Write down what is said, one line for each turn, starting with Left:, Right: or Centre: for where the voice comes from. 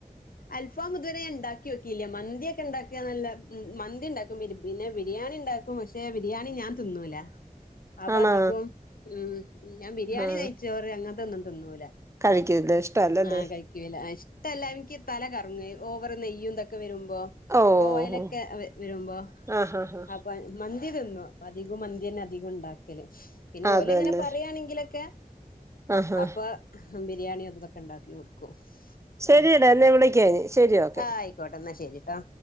Left: അൽഫാം ഇതുവരെ ഞാൻ ഉണ്ടാക്കിയോക്കില്ല്യ മന്തിയക്കെ ഉണ്ടാക്കന്നല്ലാ മന്തി ഉണ്ടാക്കും പിന്നെ ബിരിയാണി ഇണ്ടാക്കും പക്ഷെ ബിരിയാണി ഞാൻ തിന്നൂല അപ്പൊ
Right: ആണോ
Left: അതികോം ഉം ഞാൻ ബിരിയാണി
Right: ആഹ്
Left: നെയ്ച്ചോറ് അങ്ങനത്തൊന്നും തിന്നൂല
Right: കഴിക്കില്ല ഇഷ്ടല്ലല്ലേ
Left: ആഹ് കഴിക്കൂല ഇഷ്ട്ടല്ലഇന്ക് <unintelligible> ഓവർ നെയ്യും ഇതൊക്ക വരു <unintelligible>
Right: ഓഹ്
Left: ഓയിലൊക്കെ
Right: ഓഹ്
Left: വരുമ്പോ
Right: ആഹ് ഹാ ഹാ
Left: അപ്പൊ മൻ മന്തി തിന്നും അപ്പൊ അധികം മന്തിയന്നെ അധികം ഉണ്ടാകല് പിന്നെ
Right: അത്
Left: ഓല്ങ്ങനെ
Right: തന്നെ
Left: പറയാണെങ്കിലൊക്കെ
Right: ആഹ്
Left: അപ്പൊ ബിരിയാണി അതു തൊ ക്കെ ഇണ്ടാക്കി കൊടുക്കും
Right: ശരിയടാ
Left: ഉം
Right: എന്നെ വിളിക്കാ ഇനി ശരി ഓക്കെ
Left: ആഹ ആയിക്കോട്ടെ ഇന്നാ ശരിട്ടോ